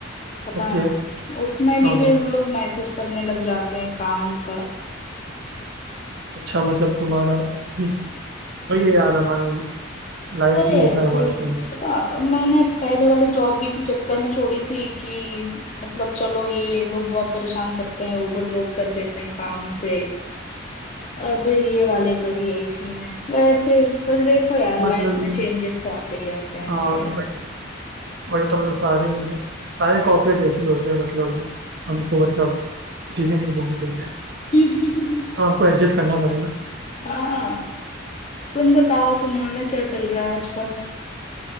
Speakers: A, on the left; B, on the right.
A: पता
B: ओके
A: है ना उसमें भी
B: हाँ
A: फिर
B: हाँ
A: लोग मैसेज करने लग जाते हैं काम का
B: अच्छा मतलब तुम्हारा हम्म, वही है यार हमारा लाइफ
A: अरे
B: भी होता
A: ऐसे
B: है हमारा
A: ही है
B: तो
A: पता मैंने पहले वाली जॉब भी इसी चक्कर में छोड़ी थी कि मतलब चलो ये लोग बहुत परेशान करते हैं ओवरलोड कर देते हैं काम से अब ये वाले का भी यही सीन है वैसे पर देखो यार लाइफ
B: मतलब
A: में
B: ये,
A: चेंजेस तो आते ही रहते हैं
B: हाँ
A: खैर
B: मतलब वही वही तो मतलब सारे मतलब सारे कॉर्पोरेट ऐसे ही होते हैं मतलब हमको मतलब जीने नहीं देंगे सही से
A: <laughs>
B: तो हमको एडजस्ट करना पड़ेगा
A: हाँ तुम बताओ तुम्हारा क्या चल रहा है आजकल